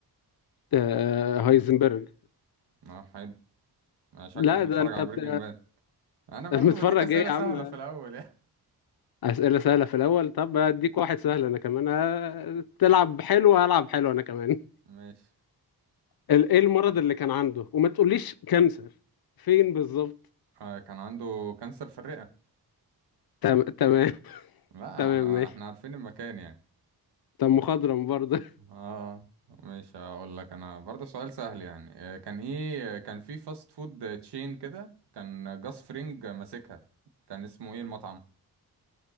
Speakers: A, on the left; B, on the right.
A: آه، هايزنبرج
B: اه حلو آه شكلك
A: لا
B: متفرج
A: ده انت
B: على
A: بت...
B: بريكنج باد انا
A: <laughs>
B: برضو
A: متفرج
B: بديك اسئله
A: ايه يا
B: سهله
A: عم
B: في الاول يعني
A: أسئلة سهلة في الاول طب اديك واحد سهل انا كمان آه، تلعب حلو هلعب حلو انا كمان
B: <laughs> ماشي
A: ال- ايه المرض اللي كان عنده وما تقوليش كانسر فين بالظبط
B: آه كان عنده كانسر في الرئه
A: تم... تمام <laughs>
B: لا
A: تمام
B: احنا
A: ماشي
B: احنا عارفين المكان يعني
A: طب مخضرم برضه
B: اه مش هقول لك انا برضه سؤال سهل يعني آه، كان ايه كان في فاست فود تشين كده كان جاس فرينج ماسكها كان اسمه ايه المطعم